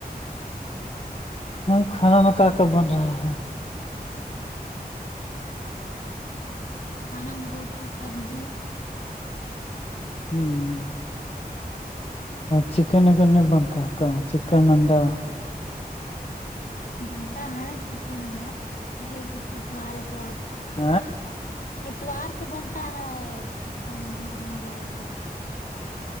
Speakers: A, on the left; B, on the left.
A: ہاں کھانا میں کا کا بن رہا ہے
B: کھانا میں روٹی سبزی
A: ہمم چکن وکن نہی بنتا کیا چکن انڈا
B: بنتا ہے چکن انڈا اتوار اتوار
A: ا
B: اتوار کے بنتا ہے چکن انڈا یہ سب